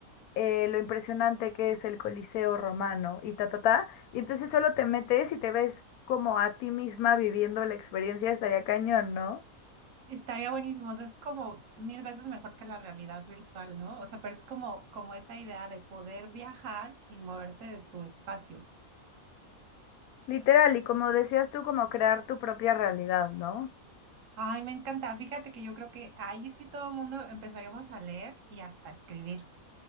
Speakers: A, on the left; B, on the right.
A: eh, lo impresionante que es el Coliseo romano y ta, ta, ta, y entonces solo te metes y te ves como a ti misma viviendo la experiencia, estaría cañón, ¿no?
B: Estaría buenísimo. O sea, es como mil veces mejor que la realidad virtual, ¿no? O sea, pero es como, como esa idea de poder viajar sin moverte de tu espacio.
A: Literal, y como decías tú, como crear tu propia realidad, ¿no?
B: Ay, me encanta. Fíjate que yo creo que ahí sí todo el mundo empezaríamos a leer y hasta a escribir.